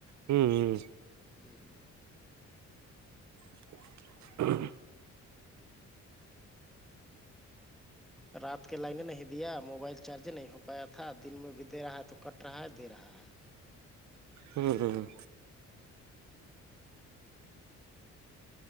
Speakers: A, on the right; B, in the centre.
A: ہوں ہوں
B: ہوں
A: <unintelligible>
B: رات کے لائنے نہیں دیا موبائل چارج نہیں ہو پایا تھا دن میں بھی دے رہا ہے تو کٹ رہا ہے دے رہا ہے
A: ہوں ہوں